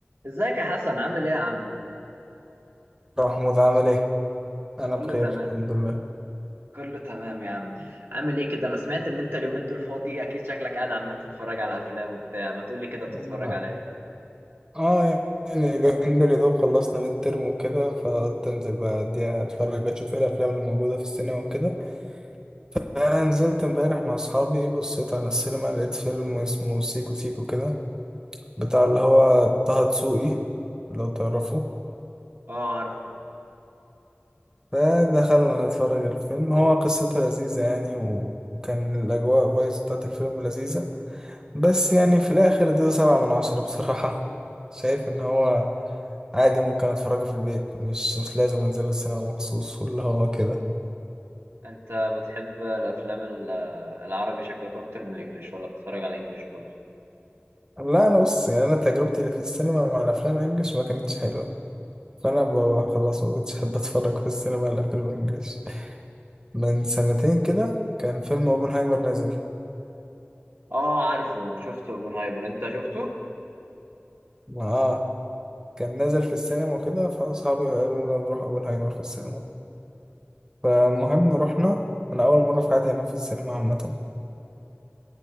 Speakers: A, on the right; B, on the right.
A: ازيك يا حسن عامل ايه يا عم
B: محمود عامل ايه؟ انا
A: كله
B: بخير
A: تمام
B: الحمد لله
A: كله تمام يا عم عامل ايه كده انا سمعت ان انت اليومين دول فاضي اكيد شكلك قاعد عمال تتفرج على افلام وبتاع ما تقولي كده بتتفرج
B: أنا-
A: على ايه
B: اه يعني اليومين دول يا دوب خلصنا ميد ترم وكده فقلت انزل بقى اديها اتفرج اشوف ايه الافلام اللي موجوده في السينما وكده فنزلت امبارح مع اصحابي بصيت على السينما لقيت فيلم اسمه سيكو سيكو كده بتاع اللي هو طه دسوقي لو تعرفه
A: اه عارفه
B: فدخلنا نتفرج الفيلم هو قصته لذيذة يعني و- وكان الأجواء فايز بتاعت الفيلم لذيذة بس يعني في الآخر اديته سبعة من عشرة بصراحة <laughs> شايف إن هو عادي ممكن اتفرجه في البيت مش مش لازم انزل السينما مخصوص واللي هو كده
A: انت بتحب الافلام ال- العربي شكلك اكتر من الانجليش ولا بتتفرج على الانجليش برضو
B: لا انا بص يعني انا تجربتي اللي في السينما مع الافلام الانجليش ما كانتش حلوه فانا ب- خلاص ما كنتش احب اتفرج في السينما على فيلم انجليش من سنتين كده كان فيلم اوبنهايمر نازل
A: اه عارفه شفته اوبنهايمر انت شفته
B: ما- اه كان نازل في السينما وكده فاصحابي قالوا لي نروح اوبنهايمر في السينما فالمهم رحنا انا اول مره في حياتي انام في السينما عامه